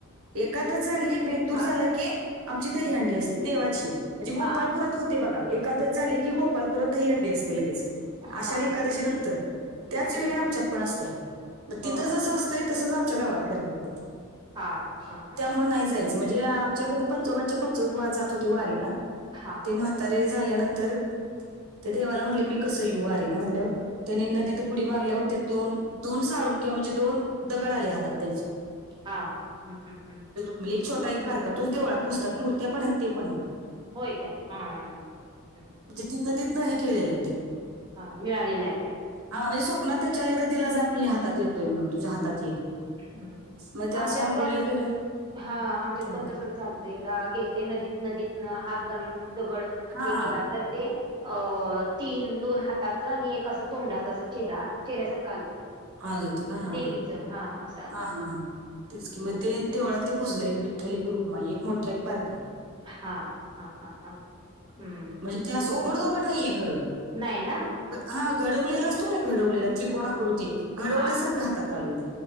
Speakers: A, on the right (about 65°); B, on the right (about 20°).
A: एकादस झाली. बेंदूर
B: हा
A: झाला की आमची दहंडी
B: हम्म
A: असते देवाची म्हणजे गोपालपुरात
B: हा
A: होते बघा एकदस झाली की गोपाळपुरातही हंडी असते लगेच.
B: हा
A: आषाढी एकादशी नंतर त्याच
B: हम्म
A: वेळी आमच्यात पण असत्या मग
B: होय
A: तिथं जसं असतंय तसच आमच्या गावात कराव लागतय.
B: हा हा हा
A: त्यामुळे नाही जाइत म्हणजे आमच्या कधी पंजोबांच्या पंजोबा जात होते वारीला.
B: हां
A: म्हातारे झाल्यानंतर ते देवाला म्हणले मी कसं येऊ वारीला म्हणल्यावर त्यानी नदीत उडी मारल्या होत्या दोन दोन साळून किंवा म्हणजे दोन दगड आले हातात त्यांच्या
B: हा हम् हम् ह्
A: एकछोटा एक बारका तोच देवळात पूजतात मुर्त्या पण आहेत ते पण आहेत.
B: होय काय? हम
A: म्हणजे ती नदीतन हे केलेलं आहे ते.
B: हा मिळालेला आहे ते
A: हा म्हणजे स्वप्नात त्याच्या नदीला जा मी हात येतोय म्हणून तुझ्या हात येईन.
B: हम्म
A: मग ते अशा
B: आमच्यात
A: आंघोळीला
B: पण
A: गेल्यावर
B: हा आमच्यात
A: ते- म्हणतात,
B: पण तसच झालंत. एकदा गेलते नदीत नदीतन हात घालून दगड
A: हा
B: हे
A: हा
B: केला तर ते अ तीन दोन हाताचं आणि एक असं तोंडाच असं चेहरा चेहऱ्यासारखा आलाय ते
A: आलं होत का हा
B: देवीचं
A: ह
B: हा असं आलंय.
A: हा हा हां तेच कि
B: हम्म.
A: म ते देवळात ते पुजलंय एक विठ्ठल एक रुखमाई एक मोठा एक बारकय.
B: हा हा हा हा हम्म
A: म्हणजे ते
B: तेच
A: अस ओबड
B: की
A: दोबड नाहीये खरं‌.
B: नाही ना.
A: हा घडवलेला असतो की नाही घडवलेला त्रिकोणाकृती घडवल्यासारखं
B: हा
A: हातात आलय ते